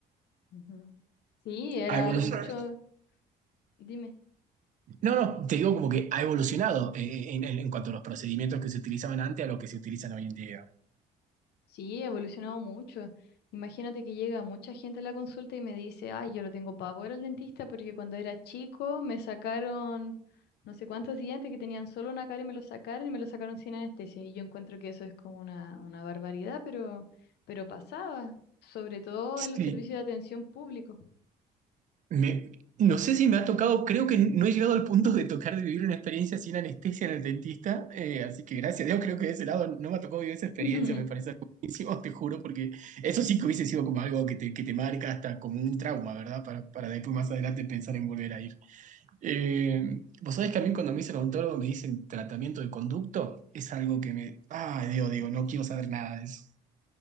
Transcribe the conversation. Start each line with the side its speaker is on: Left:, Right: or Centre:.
Left: Ujú. Sí, era
Right: A evolucionado
Left: algo mucho, dime,
Right: No, no, te digo como que ha evolucionado eh, eh, en, en- en cuanto a los procedimientos que se utilizaban antes a lo que se utilizan hoy en día.
Left: sí, ha evolucionado mucho. Imagínate que llega mucha gente a la consulta y me dice, ay, yo lo tengo pavor al dentista porque cuando era chico me sacaron no sé cuántos dientes que tenían solo una cara y me los sacaron y me los sacaron sin anestesia. Y yo encuentro que eso es como una, una barbaridad, pero, pero pasaba, sobre todo en
Right: Sí,
Left: los servicios de atención público.
Right: me- no sé si me ha tocado, creo que no he llegado al punto de tocar de vivir una experiencia sin anestesia en el dentista, eh, así que gracias a Dios creo que de ese lado no me ha tocado vivir esa experiencia,
Left: <laughs>
Right: me parece algo buenísimo, <laughs> te juro, porque eso sí que hubiese sido como algo que te, que te marca hasta como un trauma, ¿verdad? Para, para después más adelante pensar en volver a ir. Eh, vos sabés que a mí cuando me dice odontólogo me dicen tratamiento de conducto, es algo que me... Ay, Dios, digo, no quiero saber nada de eso.